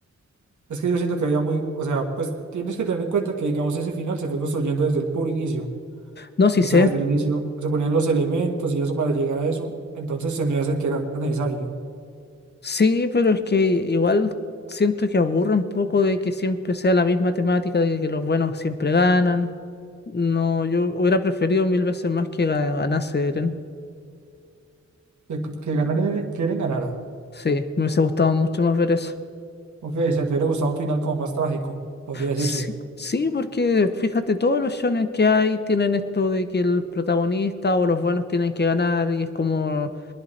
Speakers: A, on the right; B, on the left.
A: Es que yo siento que había muy, o sea, pues tienes que tener en cuenta que, digamos, ese final se fue construyendo desde el puro inicio.
B: No, sí
A: O
B: sé,
A: sea, desde el inicio se ponían los elementos y eso para llegar a eso. Entonces se me hace que era necesario
B: Sí, pero es que igual siento que aburre un poco de que siempre sea la misma temática, de que los buenos siempre ganan. No, yo hubiera preferido mil veces más que ga- ganase Eren.
A: que, que ganara el- que Eren ganara.
B: Sí, me hubiese gustado mucho más ver eso.
A: Ok, o sea, te hubiera gustado un final como más trágico, podría decirse.
B: Sí, sí, porque fíjate, todos los shonen que hay tienen esto de que el protagonista o los buenos tienen que ganar y es como